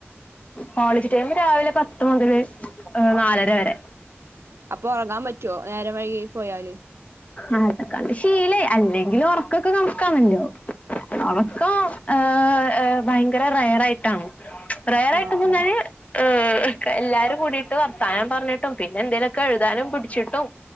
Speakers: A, on the left (about 30°); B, on the right (about 70°).
A: കോളേജ് ടൈം രാവിലെ പത്ത് മുതൽ നാലര വരെ
B: അപ്പൊ ഒറങ്ങാൻ പറ്റോ നേരം വൈകി പോയാല്
A: അതൊക്കണ്ട് ശീലയ് അല്ലെങ്കിലും ഉറക്കൊക്കെ കണക്കാണല്ലോ ഒറക്കോം
B: ആഹ്
A: ഏഹ് ഹ് ഭയങ്കര റയറായിട്ടാണ് റയറായിട്ടെ
B: ആഹ്
A: ന്ന് പറഞ്ഞാ
B: ആഹ്
A: ല് ഏഹ് എല്ലാരും കൂടിട്ട് വർത്താനം പറഞ്ഞിട്ടും പിന്നെ എന്തേലൊക്കെ എഴുതാനും പിടിച്ചിട്ടും